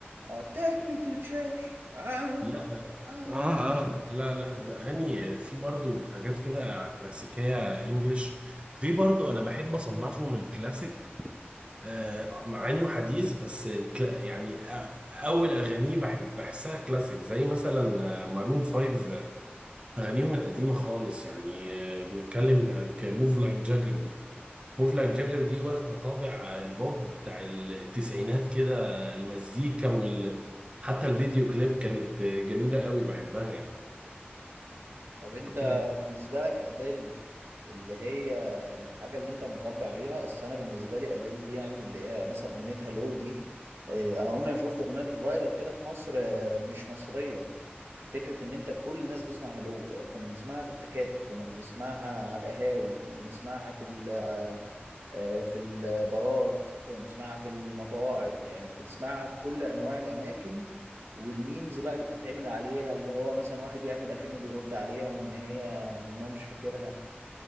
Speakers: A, on the right (about 80°); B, on the right (about 30°).
A: اه take me to church آه
B: لا
A: آه.
B: اه اه لا لا الاغاني في برضه حاجات كده كلاسيكيه انجلش في برضه انا بحب اصنفه من الكلاسيك آه مع انه حديث بس الكلا يعني آه، اول اغانيه بحب بحسها كلاسيك زي مثلا مارون 5 اغانيهم القديمه خالص يعني آه، بنتكلم موف لايك جاجر دي مفلك جاجر دي واخدة طابع البوب بتاع التسعينات كده المزيكا وال حتى الفيديو كليب كانت جميلة قوي بحبها يعني
A: طب انت
B: <laughs>
A: بالنسبه لك اديل اللي هي الحاجة اللي انت متربي عليها اصل انا بالنسبة لي اديل دي يعني اللي هي مثلا اغنية هالو دي آه، انا عمري ما شفت اغنية بالفايرال كده في مصر آه، مش مصرية فكرة ان انت كل الناس بتسمع هالو آه، كنا بنسمعها في التكاتك كنا بنسمعها على القهاوي كنا بنسمعها في ال آه، آه، في البارات كنا بنسمعها في المطاعم يعني بتسمعها في كل انواع الاماكن والميمز بقى اللي بتتعمل عليها اللي هو مثلا واحد يعمل اكنه بيرد عليها وان هي وان هو مش فاكرها